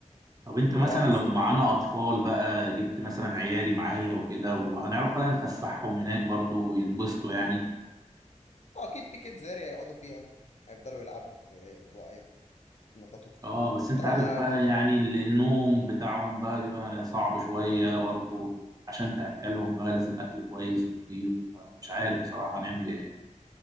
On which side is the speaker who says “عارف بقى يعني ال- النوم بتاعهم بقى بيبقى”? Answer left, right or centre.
Right